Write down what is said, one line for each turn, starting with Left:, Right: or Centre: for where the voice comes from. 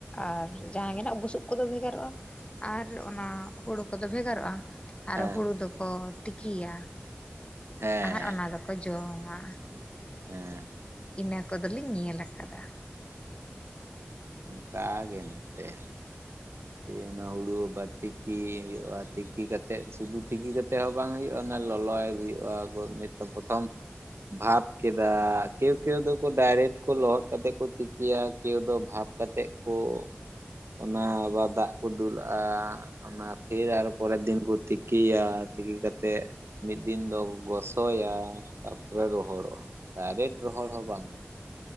Left: ᱟᱨ ᱡᱟᱦᱟᱸ ᱜᱮ ᱦᱟᱸᱜ ᱵᱩᱥᱩᱵ ᱠᱚᱫᱚ ᱵᱷᱮᱜᱟᱨᱚᱜᱼᱟ ᱟᱨ ᱚᱱᱟ ᱦᱩᱲᱩ ᱠᱚᱫᱚ ᱵᱷᱮᱜᱟᱨᱚᱜᱼᱟ ᱟᱨ
Right: ᱦᱮᱸ
Left: ᱦᱩᱲᱩ ᱫᱚᱠᱚ ᱛᱤᱠᱤᱭᱟ
Right: ᱦᱮᱸ
Left: ᱟᱨ ᱚᱱᱟ ᱫᱚᱠᱚ ᱡᱚᱢᱟ᱾
Right: ᱦᱮᱸ
Left: ᱤᱱᱟᱹ ᱠᱚᱫᱚᱞᱤᱧ ᱧᱮᱞ ᱟᱠᱟᱫᱟ
Right: ᱚᱱᱠᱟ ᱜᱮ ᱱᱚᱛᱮ ᱦᱚᱸ ᱚᱱᱟ ᱦᱩᱲᱩ ᱵᱟ ᱛᱤᱠᱤ ᱦᱩᱭᱩᱜᱼᱟ ᱛᱤᱠᱤ ᱠᱟᱛᱮ ᱥᱩᱫᱷᱩ ᱛᱤᱠᱤ ᱠᱟᱛᱮ ᱦᱚᱸ ᱵᱟᱝ ᱦᱩᱭᱩᱜᱼᱟ ᱚᱱᱟ ᱞᱚᱞᱚᱭ ᱦᱩᱭᱩᱜᱼᱟ ᱢᱤᱫ ᱯᱨᱚᱛᱷᱚᱢ ᱵᱷᱟᱵ ᱠᱮᱫᱟ ᱠᱮᱣ ᱠᱮᱣ ᱫᱚᱠᱚ ᱰᱟᱭᱨᱮᱠᱴ ᱠᱚ ᱞᱚᱦᱚᱫ ᱠᱟᱛᱮ ᱠᱚ ᱛᱮᱠᱮᱭᱟ ᱠᱮᱣ ᱫᱚ ᱵᱷᱟᱵᱽ ᱠᱟ ᱠᱟᱛᱮᱫ ᱠᱚ ᱚᱱᱟ ᱟᱵᱟᱨ ᱫᱟᱜ ᱠᱚ ᱫᱩᱞᱟᱜᱼᱟ ᱚᱱᱟ ᱯᱷᱤᱨ ᱟᱨᱚ ᱯᱚᱨᱮᱨ ᱫᱤᱱ ᱠᱚ ᱛᱤᱠᱤᱭᱟ ᱛᱤᱠᱤ ᱠᱟᱛᱮᱜ ᱢᱤᱫ ᱫᱤᱱ ᱫᱚ ᱜᱚᱥᱚᱭᱟ ᱛᱟᱨ ᱯᱚᱨᱮ ᱨᱚᱦᱚᱲᱚᱜᱼᱟ ᱫᱟᱭᱨᱮᱴ ᱨᱚᱦᱚᱲ ᱦᱚᱸ ᱵᱟᱝ